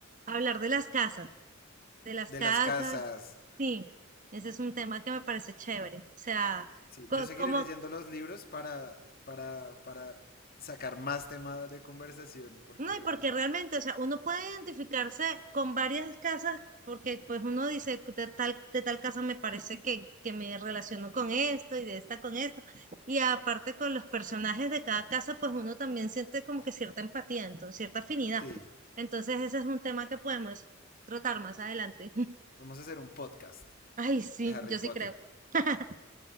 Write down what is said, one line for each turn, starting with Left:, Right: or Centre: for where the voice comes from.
Right: hablar de las casas. de las
Left: De
Right: casas,
Left: las casas,
Right: sí, ese es un tema que me parece chévere. O sea,
Left: Sí,
Right: co-
Left: yo seguiré
Right: como,
Left: leyendo los libros para, para, para sacar más temas de conversación, porque
Right: no, y porque realmente, o sea, uno puede identificarse con varias casas, porque pues uno dice, de tal, de tal casa me parece que, que me relaciono con esto y de esta con esto. Y aparte con los personajes de cada casa, pues uno también siente como que cierta empatía, entonces, cierta afinidad.
Left: sí,
Right: Entonces, ese es un tema que podemos tratar más adelante. <laughs>
Left: vamos a hacer un podcast
Right: Ay, sí,
Left: de Harry
Right: yo
Left: Potter.
Right: sí creo. <laughs>